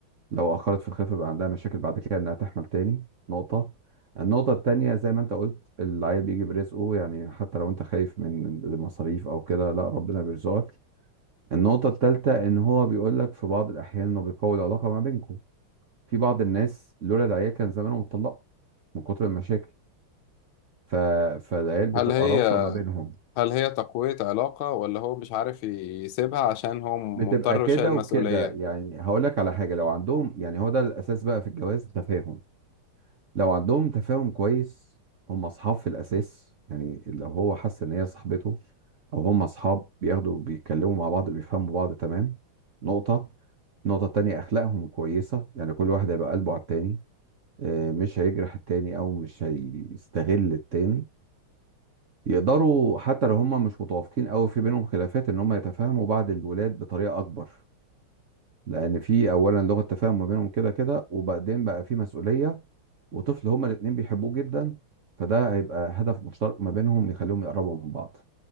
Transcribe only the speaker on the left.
هل هي
هل هي تقوية علاقة ولا هو مش عارف يسيبها عشان هو مضطر
وشايل مسؤولية